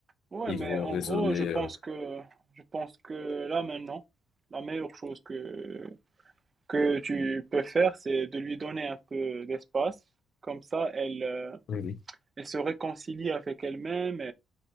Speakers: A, on the right; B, on the left.
A: ouais,
B: ils
A: mais
B: vont
A: en
B: raisonner.
A: gros, je pense
B: euh,
A: que, je pense que là maintenant, la meilleure chose que, que tu peux faire, c'est de lui donner un peu d'espace. Comme ça, elle, euh,
B: Mhm.
A: elle se réconcilie avec elle-même